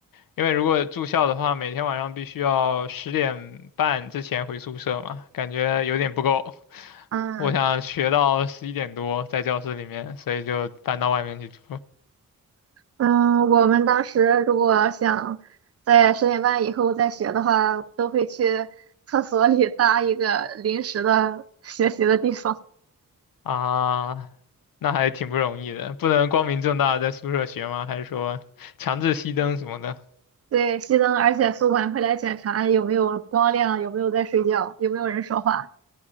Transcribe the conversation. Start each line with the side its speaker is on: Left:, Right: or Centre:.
Left: 因为如果住校的话，每天晚上必须要十点半之前回宿舍嘛，感觉有点不够。
Right: 嗯，
Left: 我想学到十一点多在教室里面，所以就搬到外面去住
Right: 嗯，我们当时如果想在十点半以后再学的话，都会去厕所里搭一个临时的学习的地方。
Left: 啊。那还挺不容易的，不能光明正大地在宿舍学吗？还是说强制熄灯什么的
Right: 对，熄灯，而且宿管会来检查有没有光亮，有没有在睡觉，有没有人说话。